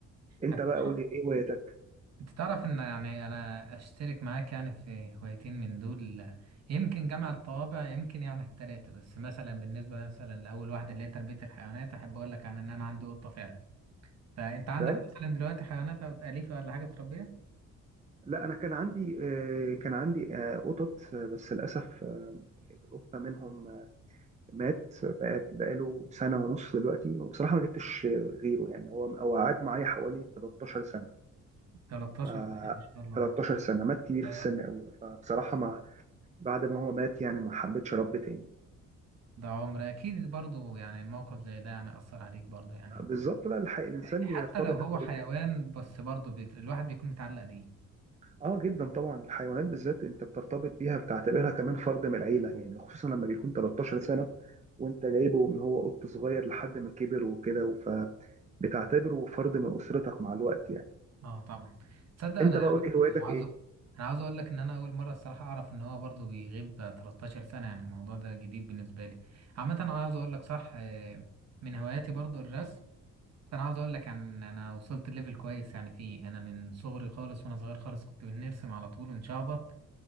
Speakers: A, on the right; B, on the right.
A: انت
B: أنت
A: بقى قول
B: تعرف
A: لي ايه هوايتك
B: أنت تعرف إن يعني أنا أشترك معاك يعني في هوايتين من دول آه، يمكن جمع الطوابع يمكن يعني التلاتة بس مثلا بالنسبة مثلا لأول واحدة اللي هي تربية الحيوانات أحب أقول لك عن إن أنا عندي قطة فعلا فانت عندك
A: فعلا
B: مثلا دلوقتي حيوانات أليفة ولا حاجة بتربيها
A: لا انا كان عندي آه، كان عندي آه، قطط آه، بس للاسف آه، القطه منهم مات بقى بقاله سنة ونص دلوقتي وبصراحة ما جبتش غيره يعني هو هو قعد معايا حوالي 13 سنة
B: 13
A: ف
B: سنة ما شاء الله
A: 13 سنة مات كبير
B: ده
A: في السن قوي فبصراحة ما بعد ما هو مات يعني ما حبيتش رب تاني
B: ده عمر أكيد برضو يعني موقف زي ده يعني أثر عليك برضو يعني
A: بالظبط لا الحق الإنسان
B: حتى
A: بيرتبط
B: لو هو
A: أوي-
B: حيوان بس برضو بي... الواحد بيكون متعلق بيه
A: اه جدا طبعا الحيوانات بالذات انت بترتبط بيها بتعتبرها كمان فرد من العيلة يعني خصوصا لما بيكون 13 سنة وانت جايبه من هو قط صغير لحد ما كبر وكده فبتعتبره فرد من أسرتك مع الوقت يعني
B: اه طبعا تصدق أنا
A: انت بقى
B: يعني
A: قول لي
B: برضو
A: هواياتك
B: عاوز
A: ايه؟
B: أنا عاوز أقول لك إن أنا أول مرة الصراحة أعرف إن هو برضو بيغيب 13 سنة يعني الموضوع ده جديد بالنسبة لي عامة أنا عاوز أقول لك صح آه، من هواياتي برضو الرسم بس انا عاوز اقول لك عن انا وصلت ليفل كويس يعني فيه انا من صغري خالص وانا صغير خالص كنت بنرسم على طول ونشخبط